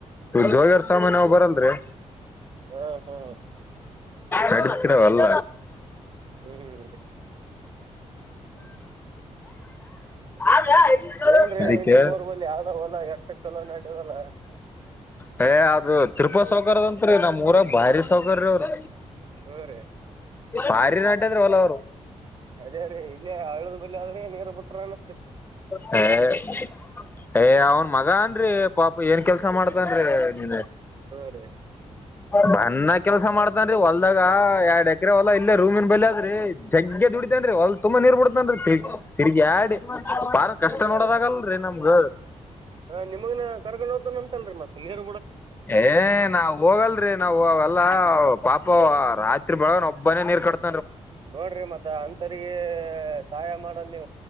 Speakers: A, on the left (about 15°); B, on the right (about 45°).
A: ಜಗಾರ್ ಸಾಮಾನ್ವು ಬರಲ್ರಿ
B: ಹಾ ಹಾ
A: ನಡಕರವಲ್ಲ
B: ಹ್ಮ್
A: ಆದ <unintelligible>
B: ಏನ್ರೀ
A: ದಕ್ಕೆ
B: ನಿಮ್ಮೂರ್ ಬಲ್ಲಿ ಯಾವ್ದ ಹೊಲ ಎಟ್ಟ ಚಲೋ ನಡ್ಯದಲ್ಲ
A: ಹ ತಿರುಪಾ ಸೌಕರದಂತ್ ರೀ ನಮ್ಮ್ ಊರ ಭಾರಿ ಸೌಕರ ರೀ ಅವರು
B: ಹ್ಮ ರೇ
A: ಪಾರಿ ನಟ ಅಂದ್ರೆ ಅವರ
B: ಅದೇ <unintelligible> ಅದೇ ಇಲ್ಲೇ ಆಳದ ಬಲ್ಲಿ ಆದ್ರೆ ನೀರ ಬಿಟ್ರ ಅನ
A: ಹ ಹ ಅವ ಅವನ್ ಮಗನ್ ಅನ್ ಪಾಪ ಏನ್ ಕೆಲ್ಸಾ ಮಾಡ್ತ ಅಂದ್ರೆ ನೀ
B: ಹಾ ರೀ
A: ಬನ್ನ ಕೆಲ್ಸ ಮಾಡ್ತನ್ ಹೊಲ್ದಾಗ ಎರಡ್ ಎಕರೆ ಹೊಲ್ಲ ಇಲ್ಲೇ ರೂಮನ್ ಬಲದ್ರಿ ಜಗ್ಗ ದುಡಿತತೇನ್ರಿ ಒಲ್ ತುಂಬಾ ನೀರ್ ಬಿಡತೇನ್ರಿ ತಿಗ ತಿರ್ಗ ಆಡಿ ಬಾರ ಕಷ್ಟ
B: ಹ್ಮ
A: ನೋಡೋದಗಲ್ರರಿ
B: ರೀ
A: ನಮ್ಗ
B: ಹ ನಿಮಗನ ಕರ್ಗೊಂಡೋದ ಅಂತಲ್ರಿ ಮತ್ತ ನೀಡ
A: ಏ ನಾವ ಹೋಗಲ್ರಿ ನಾವ್ ನಾವೆಲ್ಲ ಪಾಪ ರಾತ್ರಿ ಬೆಳಗ ಒಬ್ಬನೇ ನೀರ್ ಕಟ್ತ
B: ನೋಡ್ರಿ ಮತ್ತ ಅಂತರಗೆ ಸಹಾಯ ಮಾಡಲ್ಲಿ